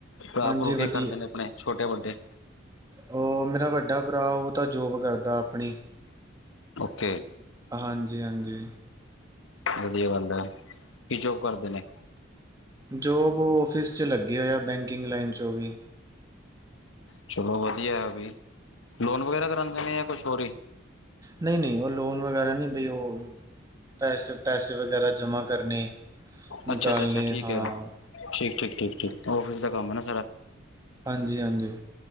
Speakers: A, on the left; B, on the right.
A: ਭਰਾ
B: ਹਾਂਜੀ
A: ਭਰੂ ਕੀ
B: ਵਧੀਆ
A: ਕਰਦੇ ਨੇ ਆਪਣੇ ਛੋਟੇ ਵੱਡੇ?
B: ਓ ਮੇਰਾ ਵੱਡਾ ਭਰਾ ਓ ਤਾਂ ਜੋਬ ਕਰਦਾ ਆਪਣੀ।
A: ਓਕੇ।
B: ਹਾਂਜੀ- ਹਾਂਜੀ
A: ਵਦੀਆ ਗੱਲ ਐ ਕਿ ਜੋਬ ਕਰਦੇ ਨੇ?
B: ਜੋਬ ਓ ਔਫਿਸ'ਚ' ਲੱਗੇ ਹੋਏ ਆ ਬੈਂਕਿੰਗ ਲਾਈਨ 'ਚ' ਓ ਵੀ।
A: ਚਲੋ ਵਦੀਆ ਐ ਵੀ, ਲੋਨ ਵਗੈਰਾ ਕਰਾਂਦੇ ਨੇ ਯਾ ਕੁਛ ਹੋਰ ਈ?
B: ਨਈ -ਨਈ ਓ ਲੋਨ ਵਗੈਰਾ ਨਈ ਬਈ ਓ ਪੈਸੇ- ਪੈਸੇ ਵਗੈਰਾ ਜਮ੍ਹਾ ਕਰਨੇ। ਨਿਕਾਲਨੇ,
A: ਅੱਛਾ ਅੱਛਾ ਅੱਛਾ ਠੀਕ
B: ਹਾਂ।
A: ਹੈ ਠੀਕ ਐ, ਠੀਕ ਐ ਔਫਿਸ ਦਾ ਕੰਮ ਏ ਨਾ ਸਾਰਾ।
B: ਹਾਂਜੀ- ਹਾਂਜੀ